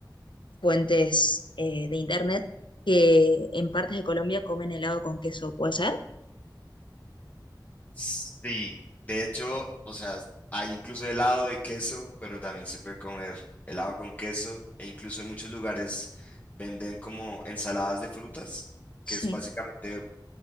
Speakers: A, on the left; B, on the left.
A: fuentes eh, de internet que en partes de Colombia comen helado con queso, ¿puede ser?
B: Sí, de hecho, o sea, hay incluso helado de queso, pero también se puede comer helado con queso e incluso en muchos lugares venden como ensaladas de frutas,
A: Sí.
B: que es básicamente